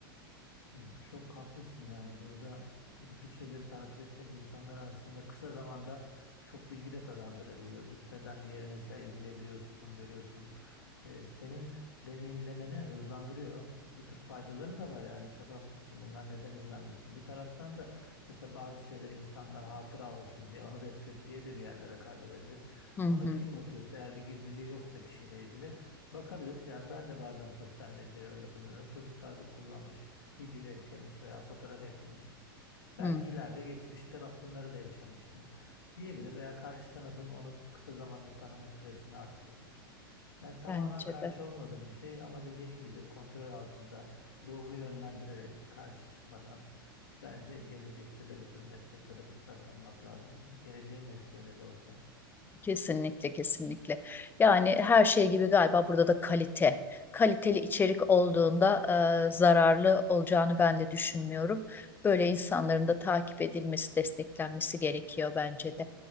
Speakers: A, on the left (about 85°); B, on the left (about 15°).
A: Evet, Çok haklısın yani burada bu tür şeyleri takip etmek insanlara aslında kısa zamanda çok bilgi de kazandırabiliyor. Gitmeden bir yere mesela izleyebiliyorsun, görüyorsun. Ee, senin deneyimlemeni hızlandırıyor. Bu tür faydaları da var yani çok haklısın. Bunlar neden izlenmesin? Bir taraftan da mesela bazı şeyleri insanlar hatıra olsun diye, anı defteri diye de bir yerlere kaydedebilir.
B: Hı hı,
A: Ona kim bakıyorsa eğer bir gizliliği yoksa kişiyle ilgili bakabilir. Yani ben de bazen sosyal medyayı öyle kullanıyorum. Çocuklar da kullanmış video eklemiş veya fotoğraf eklemiş. Belki
B: hı.
A: ileride geçmişte bak bunları da yaşamıştım diyebilir veya karşı tarafın onu kısa zamanda tanıma süresini arttırabilir. Yani tamamen
B: Bence
A: karşı
B: de.
A: olmadığım bir şey ama dediğin gibi kontrol altında doğru yönlendirerek karşı çıkmadan bence gelecekte de bu tür mesleklere fırsat tanımak lazım. Geleceğin mesleğine de olsa.
B: Kesinlikle kesinlikle. Yani her şey gibi galiba burada da kalite. Kaliteli içerik olduğunda e, zararlı olacağını ben de düşünmüyorum. Böyle insanların da takip edilmesi, desteklenmesi gerekiyor bence de.